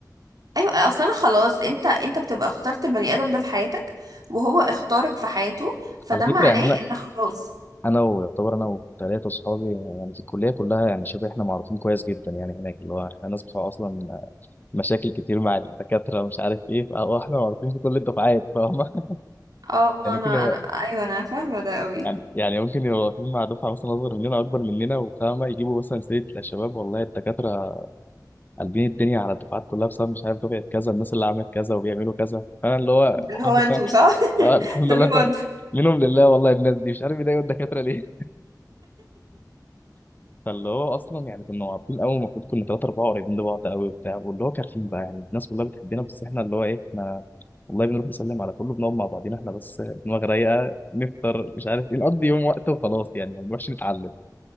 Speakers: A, on the right (about 60°); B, on the left (about 25°).
A: ايوه اصل انا خلاص انت انت بتبقى اخترت البني ادم ده في حياتك وهو اختارك في حياته فده
B: على فكرة
A: معناه
B: يعني أنا
A: ان خلاص
B: أنا ويعتبر أنا وثلاثة صحابي يعني في الكلية كلها يعني شبه إحنا معروفين كويس جدا يعني هناك اللي هو إحنا ناس بتوع أصلا مشاكل كتير مع الدكاترة مش عارف إيه فهو إحنا معروفين في كل الدفعات فاهمة
A: اه
B: <laughs>
A: انا
B: يعني ممكن يبقى
A: انا ايوه انا فاهمه ده قوي
B: يعني يعني ممكن يبقوا واقفين مع دفعة مثلا أصغر مننا أكبر مننا وفاهمة يجيبوا مثلا سيرة لا شباب والله الدكاترة قلبين الدنيا على الدفعات كلها بسبب مش عارف دفعه كذا الناس اللي عملت كذا وبيعملوا كذا فانا اللي هو
A: ده
B: الحمد
A: اللي هو انتوا
B: لله
A: صح <laughs>
B: اه الحمد
A: ده
B: لله
A: اللي
B: انت
A: هو انتوا
B: منهم لله والله الناس دي مش عارف يضايقوا الدكاتره ليه <laughs> فاللي هو اصلا يعني كنا واقفين قوي المفروض كنا ثلاثه اربعه قريبين لبعض قوي وبتاع واللي هو كارفين بقى يعني الناس كلها بتحبنا بس احنا اللي هو ايه احنا والله بنروح نسلم على كله بنقعد مع بعضينا احنا بس دماغ رايقه نفطر مش عارف ايه نقضي يوم وقت وخلاص يعني ما بنروحش نتعلم